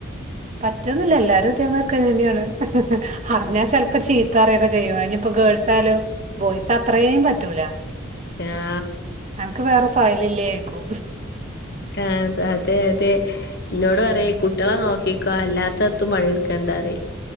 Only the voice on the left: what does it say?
<inaudible>
ആഹ് അത് അതെ അതെ എന്നോട്
പറയ്യേ കുട്ടികളെ നോക്കി ക്കോ അല്ലാത്തെത്തും പണിയെടുക്കണ്ടാറയും